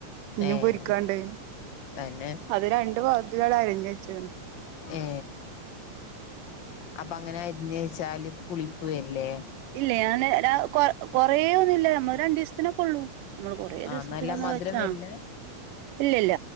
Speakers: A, on the right; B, on the left.
A: ഇഞ്ഞും
B: ഏഹ്
A: പൊരിക്കാണ്ട്
B: തന്നെ
A: അത് രണ്ട് പാത്രത്തിലാണ്ട് അരിഞ്ഞ് വെച്ച്ണ്
B: ഏ അപ്പൊ അങ്ങനെ അര്ഞ്ഞച്ചാല് പുളിപ് വര്ല്ലേ.
A: ഇല്ല. ഞാന് ര കൊ കൊറേ ഒന്നില്ല. നമ്മൾ രണ്ടീസത്തിനൊക്കെള്ളൂ നമ്മള് കൊറേ
B: ആഹ്
A: ദിവസത്തിനൊന്ന്
B: നല്ല മധുരം
A: വെച്ചാ
B: വരില്ല
A: ഇല്ലില്ല